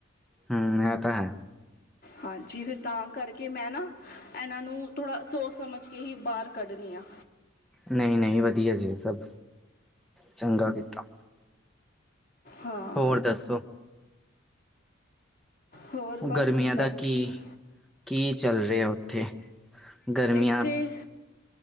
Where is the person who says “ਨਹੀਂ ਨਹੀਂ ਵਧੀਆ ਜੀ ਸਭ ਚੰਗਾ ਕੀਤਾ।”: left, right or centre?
Centre